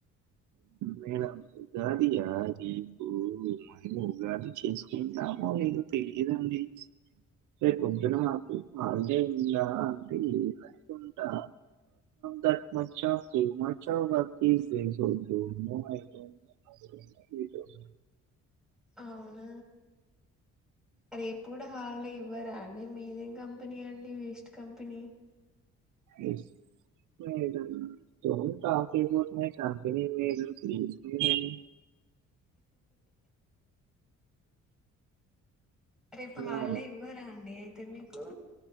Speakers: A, on the right; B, in the centre.
A: మేడం ఉగాది యా రేపు మేము ఉగాది చేసుకుంటామొ లేదో తెలియదండి రేపొద్దున నాకు హాలిడే ఉందా అంటే లేదనుకుంటా that much of too much of work is there పొద్దున
B: అవున రేపు కూడా హాలీడేమ్ ఇవ్వరా అండి మీదేం కంపెనీ అండి waste company
A: west <unintelligible> company name P U C name
B: రేపు
A: ఇలా
B: హాలిడే ఇవ్వరా అండి అయితే మీకు